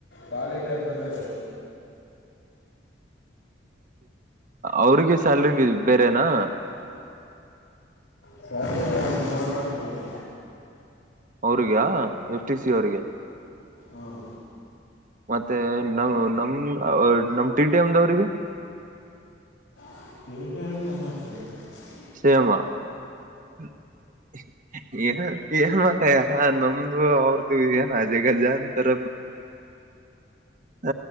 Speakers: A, on the left (about 85°); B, on the right (about 45°).
A: ಪಾಲಿಟ ಯಾರ ಬಂದ್ರ ಎ
B: ಅವ್ರಿಗೆ ಸ್ಯಾಲ್ರಿ ಬೇರೆನಾ
A: ಸೊ ಹಾಗೇ ಮೂವತ್ತುನಾಲ್ಕು ಬರುತ್ತೆ.
B: ಅವ್ರಿಗೆ ಎಫ್ಟಿ ಸಿ ಅವ್ರಿಗೆ
A: ಹಾಂ
B: ಮತ್ತೆ ನ್ ನಮ ನಮ ಟಿ ಟಿ ಎಮ್ದವರಿಗೆ
A: <unintelligible>
B: ಸೇಮಾ <unintelligible> ಹ್ಮ <unintelligible> ನಮ್ದು ಅವ್ರದು ಏನ್ ಆಜಗಜಾ ಅಂತರ ಹ